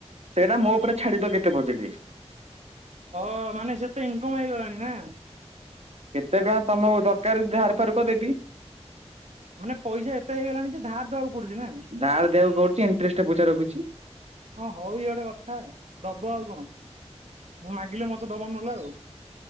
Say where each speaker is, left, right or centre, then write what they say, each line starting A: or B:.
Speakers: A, on the right; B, on the right.
A: ସେଇଟା ମୋ ଉପରେ ଛାଡି ଦିଅ କେତେ ବଜେଟ୍।
B: ହଁ ମାନେ ସେତେ ଇନକମ୍ ହେଇଗଲାଣି ନା।
A: କେତେ ଟଙ୍କା ତମକୁ ଦରକାର ଧାର ଫାର୍ କୁହ ଦେବି।
B: ମାନେ ପଇସା ଏତେ ହେଇ ଗଲାଣି ଯେ ଧାର ଦେବାକୁ ପଡୁଛି ନା।
A: ଧାର ଦେବାକୁ ପଡୁଛି ଇଣ୍ଟରେଷ୍ଟ ପଇସା ରଖୁଛି।
B: ହଁ ହଉ ଇଏ ଗୋଟେ କଥା ଦବ ଆଉ କଣ ମୁଁ ମାଗିଲେ ମତେ ଦବ ନହେଲେ ଆଉ।